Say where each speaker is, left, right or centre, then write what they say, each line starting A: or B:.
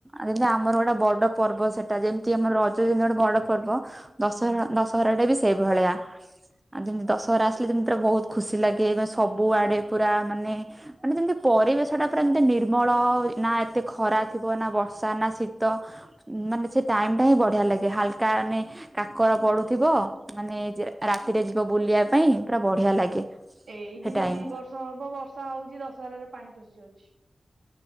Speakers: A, on the right (about 20°); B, on the right (about 70°).
A: ଯେମିତି ଆମର ଗୋଟେ ବଡ ପର୍ବ ସେଟା ଯେମିତି ଆମର ରଜ ଯେମିତି ଗୋଟେ ବଡ ପର୍ବ ଦଶହରା
B: ହୁଁ।
A: ଦଶହରାଟା ବି ସେଇଭଳିଆ। ଆଉ ଯେମିତି ଦଶହରା ଆସିଲେ ଯେମିତି ତାର ବହୁତ ଖୁସି ଲାଗେ ସବୁ ଆଡେ ପୁରା ମାନେ ମାନେ ଯେମିତି ପରିବେଶଟା ପୁରା ଏମତି ନିର୍ମଳ ନା ଏତେ ଖରା ଥିବ ନା ବର୍ଷା ନା ଶୀ ତ ମାନେ ସେ ଟାଇମ ଟା ହିଁ ବଢିଆ ଲାଗେ ହାଲକା ମାନେ କାକର ପଡୁଥିବ ମାନେ ରାତିରେ ବୁଲିବା ପାଇଁ ପୁରା ବଢିଆ ଲାଗେ
B: ଏଇଠି
A: ସେ ଟାଇମ
B: ତ ଦି ବର୍ଷ ହବ ବର୍ଷା ହଉଛି ଦଶହରାରେ ପାଣି ପଶି ଯାଉଛି ।